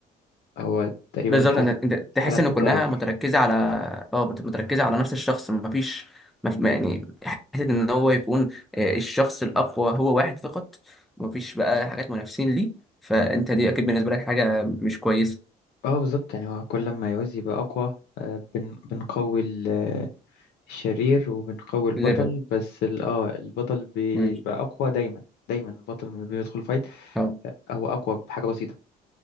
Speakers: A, on the left (about 70°); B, in the centre.
A: هو تقريبا
B: بالظبط
A: الحلقة
B: أنت أنت
A: الحلقة
B: تحس إن
A: بتتكرر
B: كلها متركزة على اه بت- متركزة على نفس الشخص مفيش مف... يعني حتة إن هو يكون آه، الشخص الأقوى هو واحد فقط مفيش بقى حاجات منافسين ليه فأنت دي أكيد بالنسبة لك حاجة مش كويسة
A: اه بالظبط يعني هو كل ما يعوز يبقى أقوى آه، بن بنقوي ال- آه، الشرير وبنقوي البطل
B: ليفل
A: بس ال- اه البطل بيبقى
B: مم.
A: أقوى دايما دايما البطل لما بيدخل فايت
B: اه
A: هو أقوى بحاجة بسيطة